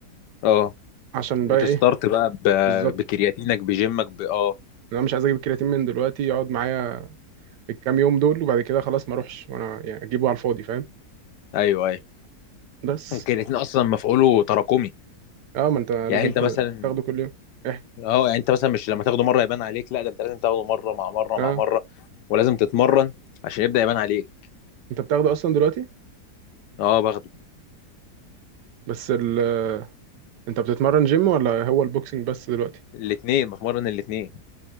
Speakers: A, on the left; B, on the right.
A: اه
B: عشان
A: وتستارت
B: بقى ايه
A: بقى ب...
B: بالظبط
A: بكرياتينك بجيمك ب... اه
B: انا مش عايز اجيب الكرياتين من دلوقتي يقعد معايا الكام يوم دول وبعد كده خلاص ما اروحش وانا يعني اجيبه على الفاضي فاهم
A: ايوه ايوه
B: بس
A: الكرياتين اصلا مفعوله تراكمي
B: اه ما انت لازم
A: يعني انت
B: ت-
A: مثلا
B: تاخده كل يوم احكي
A: اه يعني انت مثلا مش لما تاخده مره يبان عليك لا ده انت لازم تاخده مره مع مره
B: اه
A: مع مره ولازم تتمرن عشان يبدا يبان عليك
B: انت بتاخده اصلا دلوقتي
A: اه باخده
B: بس ال... انت بتتمرن جيم ولا هو البوكسنج بس دلوقتي
A: الاثنين بتمرن الاثنين